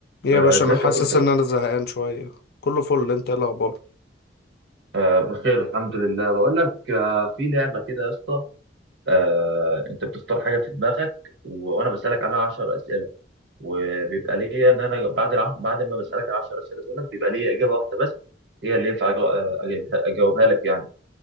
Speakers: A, on the left (about 55°); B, on the right (about 75°).
A: يا
B: آه،
A: باشا
B: ازيك
A: انا حاسس
B: يا بود
A: ان انا زهقان شويه كله فل انت ايه الاخبار
B: آه، بخير الحمد لله بقول لك آه، في لعبه كده يا اسطى آه، انت بتختار حاجه في دماغك و- وانا بسالك عنها 10 اسئله وبيبقى ليا ان انا بعد الع... بعد ما بسالك ال 10 اسئله دول بيبقى ليا اجابه واحده بس هي اللي ينفع أجاو- آه، أجيبها- اجاوبها لك يعني